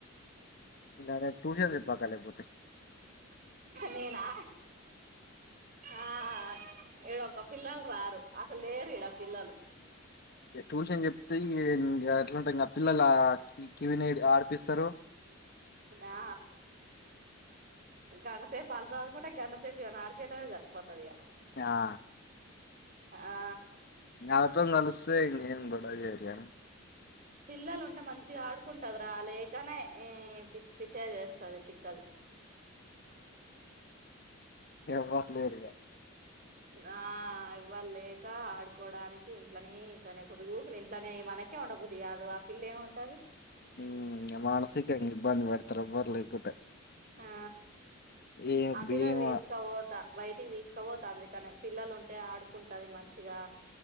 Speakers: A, on the left; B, on the right.
A: అక్క టూ కేకే పాకాలకపోతే
B: నేనా ఆ ఈడొక్క పిల్లలు రారు అసలు లేరు ఈడా పిల్లలు
A: ఇగ ట్యూషన్ చెప్తే ఇంగా ఎట్లాంటా ఇంగ పిల్లల కివి న ఆడు చెప్పిస్తారు
B: ఆ గంటసేపు అలు చదుకుంటే గండసేపు ఈయన ఆడిపియటమే జరిపోతది ఇగ
A: ఆ
B: ఆ
A: నాతో న్ కలిసే ఇంగేం గొడవ జెయిరే
B: పిల్లలు ఉంటే మంచిగా ఆడుకుంటది రా లేకనే ఈ పిచ్చి పిచ్చి గా చేస్తది తిక్కది
A: ఎవర్ లేరిగా
B: ఆ ఎవ్వర్ లేక ఆడుకోడానికి ఇంట్లనే ఇంట్లనే పొదుగుకుని ఇంట్లోనే మనకి ఇట్లే ఉండబుది కాదు ఆ పిల్ల ఏమి ఉంటది
A: మ్ మానసికంగా ఇబ్బంది పెడతారు ఎవర్ లేకుంటే
B: ఆ
A: ఏం
B: అంతేనా
A: ఏం
B: తీసకపోతా బయటికి తీసుకపోతా అందుక క్కనే పిల్లలు ఉంటే ఆడుకుంటది మంచిగా